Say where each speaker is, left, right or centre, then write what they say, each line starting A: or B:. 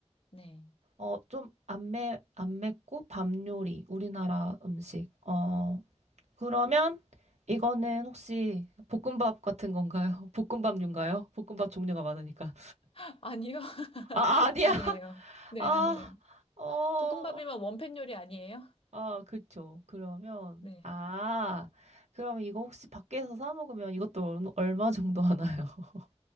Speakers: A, on the left; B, on the right.
A: 네.
B: 어, 좀 안 매, 안 맵고 밥 요리. 우리나라 음식. 어. 그러면 이거는 혹시 볶음밥 같은 건가요? <laughs> 볶음밥류인가요? 볶음밥 종류가 많으니까.
A: <laughs> 아니요. <laughs>
B: 아, 아, 아니야.
A: 아니에요.
B: <laughs>
A: 네,
B: 아,
A: 아니에요.
B: 어,
A: 볶음밥이면 원팬 요리 아니에요?
B: 아, 그쵸. 그러면,
A: 네.
B: 아, 그러면 이거 혹시 밖에서 사 먹으면 이것도 얼- 얼마 정도 하나요? <laughs>